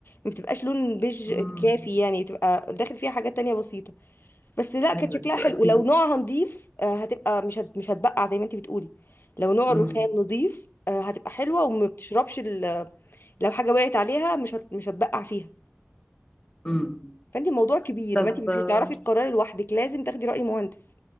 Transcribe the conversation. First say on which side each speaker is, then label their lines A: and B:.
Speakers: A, on the left; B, on the left.
A: ما بتبقاش لون بيج
B: امم
A: كافي يعني بتبقى داخل فيها حاجات تانية بسيطه بس لا
B: حلوه
A: كانت شكلها
B: دي تبقى
A: حلو
B: شيك
A: ولو نوعها نضيف آه، هتبقى مش هت... مش هتبقع زي ما انت بتقولي لو نوع
B: امم
A: الرخام نضيف آه، هتبقى حلوه وما بتشربش ال... لو حاجه وقعت عليها مش هت... مش هتبقع فيها
B: امم
A: فانت الموضوع كبير
B: طب
A: ما انت مش هتعرفي تقرري لوحدك لازم تاخدي راي مهندس